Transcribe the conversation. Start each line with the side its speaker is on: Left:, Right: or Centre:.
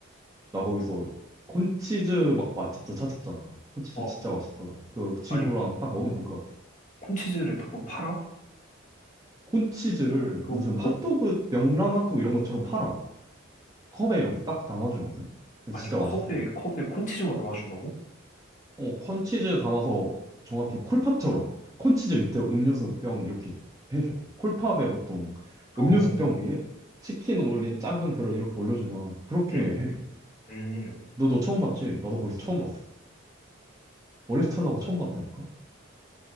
Right: 나 거기서 콘치즈 막 맛집도 찾았잖아. 콘치즈
Left: 어,
Right: 진짜 맛있더라. 그 친구랑
Left: 아니,
Right: 딱 먹으면 될 것 같아.
Left: 콘치즈를 바로 팔아?
Right: 콘치즈를
Left: 그거
Right: 무슨
Left: 곡,
Right: 핫도그, 명랑 핫도그 이런 것처럼 팔아. 컵에 이렇게 딱 담아주거든? 근데
Left: 아니,
Right: 진짜 맛있어.
Left: 컵에, 컵에 콘치즈만 담아준다고?
Right: 어, 콘치즈 담아서 정확히 콜팝처럼 콘치즈 밑에 음료수 병 이렇게 해줘. 콜팝에 보통
Left: 어,
Right: 음료수 병 위에 치킨 올린 작은 그릇 이렇게 올려주잖아. 그렇게
Left: 음,
Right: 해줘.
Left: 음.
Right: 너도 처음 봤지? 나도 거기서 처음 봤어. 머리 스털일하고 처음 봤다니까?